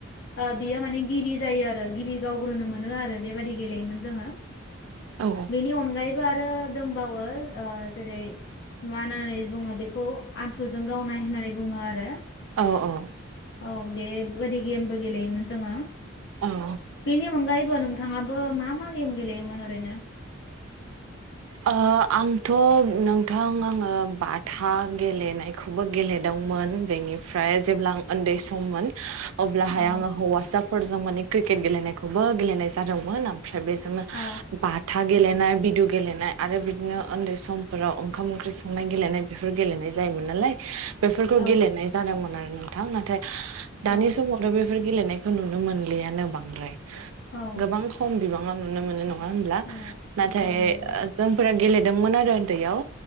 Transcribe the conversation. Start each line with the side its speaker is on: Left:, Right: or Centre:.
Left: ओ बियो माने गिबि जायो आरो गिबि गावग्रोनो मोनो आरो बेबादि गेलेयोमोन जोंङो।
Right: औ
Left: बेनि अनगायैबो आरो दंबावो ओ जेरै मा होननानै बुङो बेखौ आन्थुजों गावनाय होननानै बुंङो आरो
Right: औ औ
Left: औ बेबायदि गेमबो गेलेयोमोन जोंङो
Right: औ
Left: बेनि अनगायैबो नों नोंथांआबो मा मा गेम गेलेयोमोन ओरैनो?
Right: ओ आंथ' नोंथां आङो बाथा गेलेनाय खौबो गेलेदोंमोन बेनिफ्राय जेब्ला आं उन्दै सममोन अब्लाहाय
Left: औ
Right: आंङो हौवासा फोरजों माने क्रिकेट गेलेनायखौबो गेलेनाय जादोंमोन ओमफ्राय बेजोंनो
Left: औ
Right: बाथा गेलेनाय बिदु गेलेनाय आरो बिदिनो उन्दै समफोराव ओंखाम ओंख्रि संनाय गेलेनाय बेफोर गेलेनाय जायोमोन नालाय बेफोरखौ
Left: औ
Right: गेलेनाय जादोंमोन आरो नोंथां नाथाय दानि
Left: औ
Right: समाव दा बेफोर गेलेनायखौ नुनो मोनलियानो बांद्राय
Left: औ
Right: गोबां खम बिबांङाव नुनो मोनो न ङा होनब्ला
Left: औ
Right: नाथाय
Left: औ नंगौ
Right: जोंफोर गेलेदोंमोन आरो उन्दैयाव